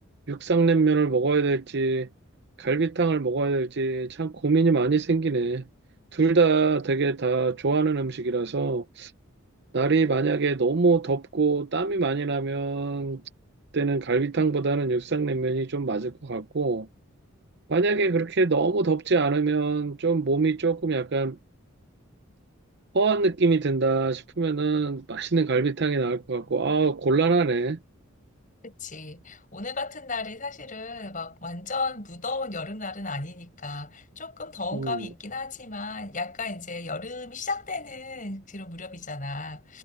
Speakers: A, on the right (about 55°); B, on the left (about 40°).
A: 육상냉면을 먹어야 될지 갈비탕을 먹어야 될지 참 고민이 많이 생기네. 둘 다 되게 다 좋아하는 음식이라서 날이 만약에 너무 덥고 땀이 많이 나면 그때는 갈비탕보다는 육상냉면이 좀 맞을 것 같고 만약에 그렇게 너무 덥지 않으면 좀 몸이 조금 약간 허한 느낌이 든다 싶으면은 맛있는 갈비탕이 나을 것 같고 아 곤란하네.
B: 그치. 오늘 같은 날이 사실은 막 완전 무더운 여름날은 아니니까 조금 더운
A: 음.
B: 감이 있긴 하지만 약간 이제 여름이 시작되는 그런 무렵이잖아.